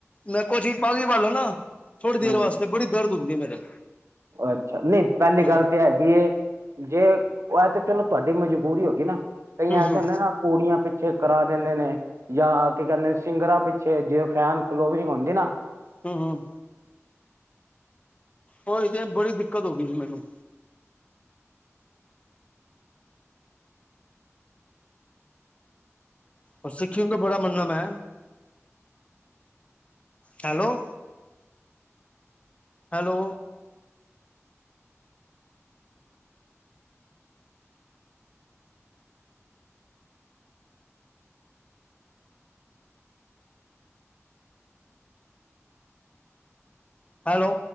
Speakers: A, on the left; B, on the right.
A: ਮੈਂ ਕੋਛ ਪਾਗ ਵੀ ਪਾ ਲਾਂਗਾ ਥੋੜੀ ਦੇਰ
B: ਹਮ
A: ਵਾਸਤੇ ਬੜੀ ਦਰਦ ਹੁੰਦੀ ਏ ਮੇਰੇ।
B: ਅੱਛਾ, ਨਹੀਂ ਪਹਿਲੀ
A: ਹੂੰ
B: ਗੱਲ
A: ਹੂੰ
B: ਤੇ ਏ ਹੈਗੀ ਏ, ਜੇ ਆ ਤੇ ਚਲੋ ਤੁਹਾਡੀ ਮਜਬੂਰੀ ਹੋ ਗਈ ਨਾ ਕਈ
A: ਹੂੰ
B: ਐਸੇ ਹੁੰਦੇ ਨਾ ਕੁੜੀਆਂ ਪਿੱਛੇ ਕਰਾ ਦਿੰਦੇ ਨੇ ਜਾਂ ਕੀ ਕਹਿੰਦੇ ਨੇ ਸਿੰਗਰਾਂ ਪਿੱਛੇ ਜੇ ਫੈਨ ਫਲੋਵਿੰਗ ਹੁੰਦੀ ਨਾ
A: ਹੁੰ ਹੁੰ। ਔਹੀ ਤੇ ਬੜੀ ਦਿੱਕਤ ਹੋ ਗਈ ਸੀ ਮੈਨੂੰ। ਔ ਸਿੱਖੀ ਨੁ ਤੇ ਬੜਾ ਮਨਣਾ ਮੈਂ। Hello, hello. ਹਾਲੋ।